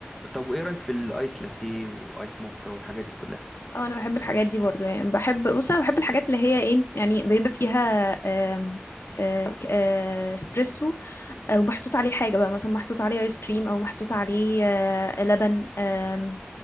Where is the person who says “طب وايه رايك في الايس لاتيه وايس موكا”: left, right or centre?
Centre